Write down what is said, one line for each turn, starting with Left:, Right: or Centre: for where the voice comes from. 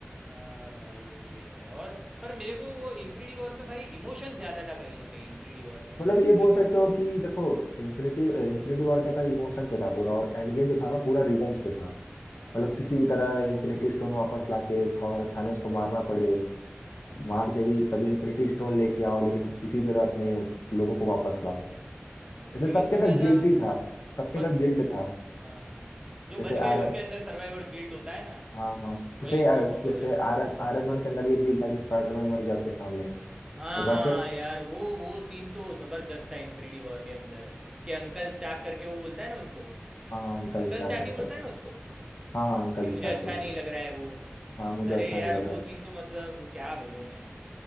Right: हाँ भाई वो भी है और पर मेरे को वो इन्फिनिटी वॉर में भाई इमोशन ज़्यादा था कहीं ना कहीं इन्फिनिटी वॉर के अंदर
Left: मतलब
Right: हम
Left: ये
Right: बोलेंगे
Left: बोल सकते
Right: तो
Left: हो कि देखो इन्फिनिटी इन्फिनिटी वॉर क्या था इमोशन पे था पूरा और एंड गेम जो था ना पूरा रिवेंज पे था
Right: हाँ
Left: मतलब किसी भी तरह इन्फिनिटी स्टोन वापस लाके थॉ- थानोस को मारना पड़े
Right: हाँ
Left: मार
Right: हाँ
Left: के भी तभी इन्फिनिटी स्टोन लेके आओ लेकिन किसी तरह अपने लोगों को वापस लाओ
Right: हाँ भाई
Left: जैसे
Right: लेकिन
Left: सबके
Right: सबसे
Left: अंदर
Right: ज़्यादा
Left: गिल्टी था सबके
Right: पर
Left: अंदर गिल्ट था
Right: हाँ हाँ हाँ जो
Left: जैसे
Right: बच गए
Left: आयरन
Right: उनके अंदर सर्वाइवर्स गिल्ट होता है ना
Left: हाँ हाँ जैसे
Right: वही
Left: अ,
Right: था वो
Left: जैसे
Right: तो है
Left: आयरन आयरन मैन के अंदर ये गिल था कि स्पाइडरमैन मर गया उसके सामने
Right: हाँ
Left: रॉकेट
Right: यार वो वो सीन तो ज़बरदस्त था इन्फिनिटी वॉर के अंदर कि अंकल स्टार्क करके वो बोलता है ना उसको
Left: हाँ हाँ अंकल
Right: अंकल
Left: स्टार्क
Right: स्टाकी
Left: अंकल
Right: बोलता है ना उसको कि
Left: हाँ हाँ अंकल
Right: मुझे
Left: स्टार्क
Right: अच्छा
Left: बोलता
Right: नहीं
Left: है।
Right: लग रहा है वो
Left: हाँ मुझे अच्छा
Right: अरे यार
Left: नहीं लग रहा
Right: वो
Left: है
Right: सीन तो मतलब क्या बोलूँ मैं